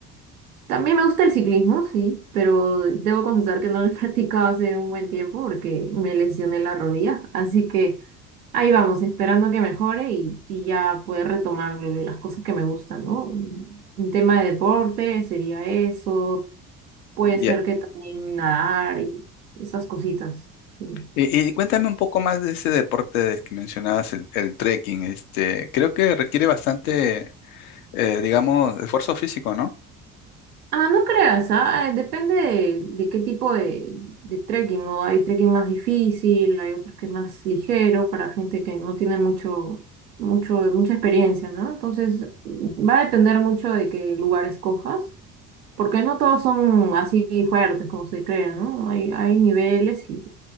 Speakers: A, on the right; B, on the left.
A: también me gusta el ciclismo, sí, pero debo confesar que no lo he <laughs> practicado hace un buen tiempo porque me lesioné la rodilla. Así que Ahí vamos, esperando que mejore y, y ya poder retomar las cosas que me gustan, ¿no? Un tema de deporte sería eso, puede
B: ya.
A: ser que también nadar y esas cositas. sí.
B: Y, y cuéntame un poco más de ese deporte del que mencionabas, el, el trekking. Este, creo que requiere bastante eh, digamos, esfuerzo físico, ¿no?
A: Ah, no creas, ah, eh, Depende de, de qué tipo de, de trekking, ¿no? Hay trekking más difícil, hay otros que es más ligero para gente que no tiene mucho, mucho, mucha experiencia, ¿no? Entonces, va a depender mucho de qué lugar escojas. Porque no todos son así fuertes como se creen, ¿no? Hay, hay niveles y,